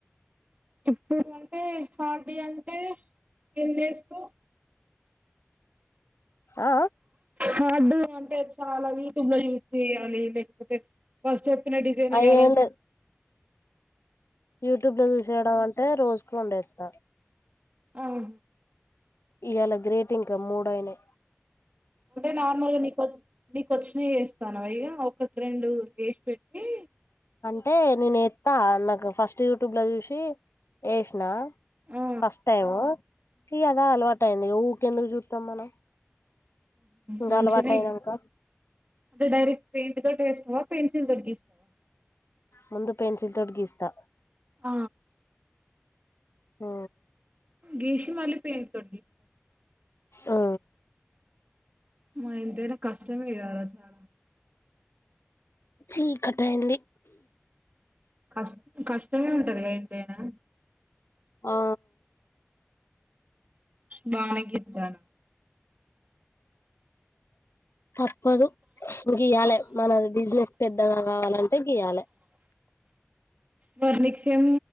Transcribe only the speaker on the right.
ఎప్పుడు అంటే ఫార్ డి అంటే ఎంతేస్తావ్
హార్డు అంటే చాలా యూట్యూబ్ లో యూస్ చేయాలి లేకపోతే ఫస్ట్ డిజైన్ వయ్యాలండి
ఆా
అంటే నార్మల్గా నికు వచ్చిన చేస్తానవ ఇక ఒకటి రెండు పెట్టి
ఆ
మంచిది
అంటే డైరెక్ట్ పెయింట్ తో టేస్ట్ ప పెన్సిల్స్ గిర్కిస్తవా
ఆ
గీషిమళ్ళి పే తొగిస్త
మంతే కష్టమే కాదా చాలా
కష్ట కష్టమే ఉంటదిగా ఎంతైనా
బానె గిత్తానవు
వర్ నక్ సేమ్